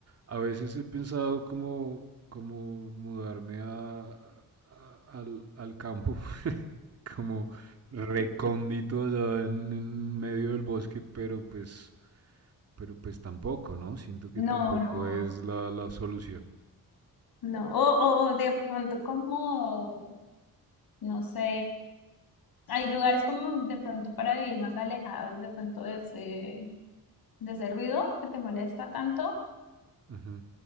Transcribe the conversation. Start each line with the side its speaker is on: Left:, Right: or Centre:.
Right: a veces he pensado como, como mudarme a, a- al, al campo, <laughs> como recóndito allá en, en medio del bosque, pero pues, pero pues tampoco, ¿no? Siento que
Left: No,
Right: tampoco
Left: no,
Right: es la, la solución.
Left: no. O, o, o de pronto como No sé, hay lugares como de pronto para vivir más alejados de pronto de ese, de ese ruido que te molesta tanto,
Right: Ujú.